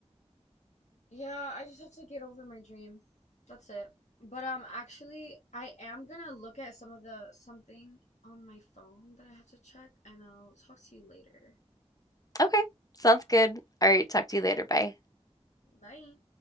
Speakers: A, on the left (about 85°); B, on the left (about 30°).
A: Yeah, I just have to get over my dream. That's it. But um actually I am gonna look at some of the something on my phone that I have to check and I'll talk to you later.
B: Okay, sounds good. All right, talk to you later. Bye.
A: Bye.